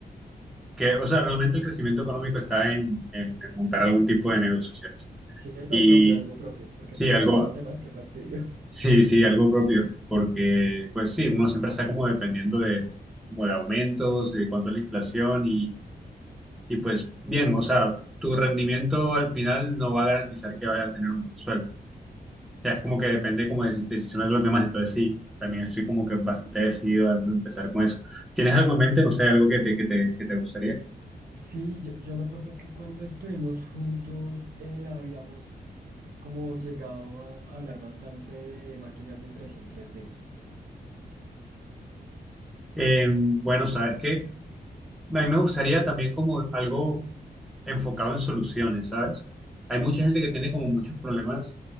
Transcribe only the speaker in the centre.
que, o sea, realmente el crecimiento económico está en, en- en montar algún tipo de negocio, ¿cierto?
Y
sí,
algo,
sí, sí, algo propio, porque, pues sí, uno siempre está como dependiendo de, como de aumentos, de cuánto es la inflación Y pues bien, o sea, tu rendimiento al final no va a garantizar que vayas a tener un buen sueldo. O sea, es como
que
depende como de deci- decisiones de los demás. Entonces sí, también estoy como que bastante decidido a empezar con eso. ¿Tienes algo en mente? No sé, algo que te, que te, que te gustaría.
Eh, bueno, sabes que a mí me gustaría también como algo enfocado en soluciones, ¿sabes? Hay mucha gente que tiene como muchos problemas